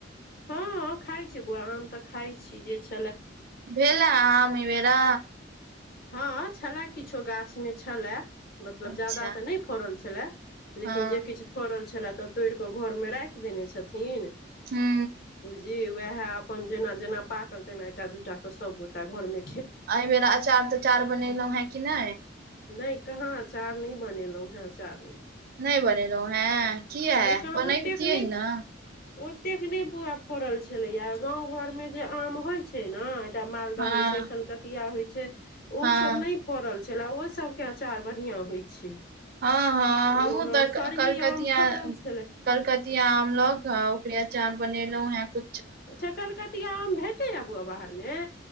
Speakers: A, on the left; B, on the right.
A: हँ खाइ छी बौआ आम तऽ खाइ छी जे छै
B: भेलेल आमे बेरा
A: हँ छलय किछो गाछमे छलए मतलब
B: अच्छा
A: ज्यादा तऽ नहि फड़ल छलए लेकिन
B: हँ
A: जे किछु फड़ल छलए तऽ तोड़ कऽ घरमे राखि देने छथिन
B: हू
A: ज वएह अपन जेना जेना पाकल तेना एकटा दूटा के सब गोटा घर मे
B: एहि बेर अचार तऽचार बनेलहुँ हें कि नहि
A: नहि कहाँ अचाार न बनेलहुं हें अचाार
B: नहि बने रहो हैं कियै
A: नहि कहाँ
B: बनइबतियै
A: ओतेक नहि
B: ना
A: ओतेक नहि बुआ फड़ल छलैया गाँव घरमे जे आम होइत छै ने एकटा मालदाह
B: हँ
A: होय छै कलकतिया होय छै ओ
B: हँ
A: सब ने फड़ल छलै ओ सभके आचार बढ़िआँ होइत छै
B: हँ हँ
A: ओ
B: हमहुँ तऽ
A: सरही
B: कलकतिया
A: आम फड़ल छलै
B: कलकतिया आम लक ओकिया अचार बनेलहुं हैं कु
A: अच्छा कलकतिया आम भेटै आ बोआ बाहरमे